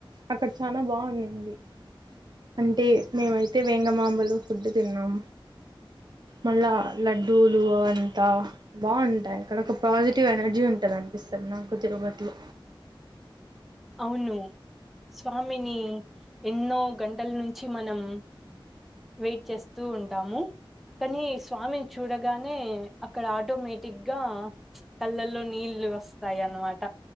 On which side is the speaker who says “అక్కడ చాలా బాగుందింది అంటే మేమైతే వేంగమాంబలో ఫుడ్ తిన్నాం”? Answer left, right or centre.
Right